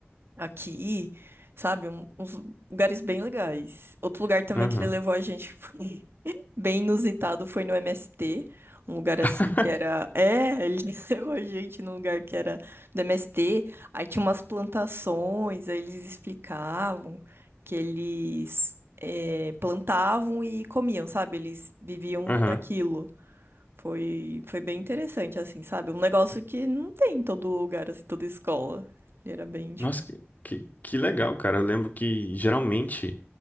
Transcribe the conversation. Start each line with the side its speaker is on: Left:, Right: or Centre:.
Right: aqui, sabe? Um- uns lugares bem legais. Outro lugar também
Left: Aham.
Right: que ele levou a gente que foi <laughs> bem inusitado foi no MST. Um lugar
Left: <laughs>
Right: assim que era. É, ele <laughs> levou a gente num lugar que era do MST. Aí tinha umas plantações, aí eles explicavam que eles é, plantavam e comiam, sabe? Eles viviam
Left: Aham.
Right: daquilo. Foi, foi bem interessante, assim, sabe? Um negócio que não tem em todo lugar, assim, toda escola. Ele era bem
Left: Nossa, que, que, que legal, cara. Eu lembro que geralmente.